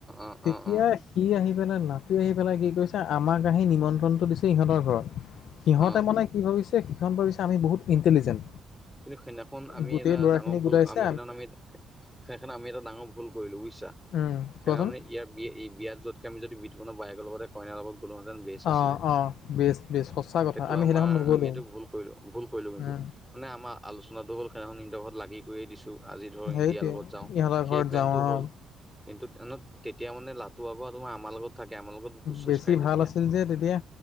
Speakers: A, in the centre; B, on the left (about 75°).
A: অ',
B: তেতিয়া
A: অ', অ',
B: কি আহি পেলাই নাটোৱে আহি পেলাই কি কৰিছে আমাক আহি নিমন্ত্ৰণটো দিছে ইহঁতৰ ঘৰত। সিহঁতে
A: অ',
B: মানে কি ভাবিছে সিহঁত ভাবিছে আমি বহুত ইণ্টেলিজেণ্ট।
A: কিন্তু সেইদিনাখন আমি
B: গোটেই
A: এটা
B: ল'ৰাখিনি
A: ডাঙৰ ভুল
B: গোটাইছে
A: আমি সেনাখন আমি তাকে সেইকাৰনে আমি এটা ডাঙৰ ভুল কৰিলো বুজিছা?
B: ওম
A: সেইদিনা
B: কোৱাচোন?
A: মানে ইয়াৰ বি এই বিয়াত যোৱাতকে আমি বিতুপনৰ বায়েকৰ লগতে কইনাৰ লগত কোলোহেতেন বেচ আছিলে,
B: অ অ বেচ বেচ সঁচা কথা
A: সেইটো
B: আমি
A: আমাৰ
B: সেইদিনাখন নগ'লো।
A: আমি এইটো ভুল কৰিলো ভুল কৰিলো কিন্তু
B: উম
A: মানে আমাৰ আলোচনাটো হ'ল সেইদিনাখন নিনহেতৰ ঘৰত লাগি কৈয়ে দিছোঁ, আজি ধৰক
B: সেইটোৱে
A: ইণ্ডিয়াৰ লগত যাওঁ
B: ইহঁতৰ ঘৰত
A: সেই প্লেনটো
B: যাওঁ
A: হ'ল
B: অ।
A: কিন্তু ট্ৰেইনত তেতিয়া মানে লাটো আগৌ তোমাৰ আমাৰ লগত থাকে আমাৰ লগত ভোজ - চোজ
B: বেছি
A: খায় তেতিয়া।
B: ভাল আছিল যে তেতিয়া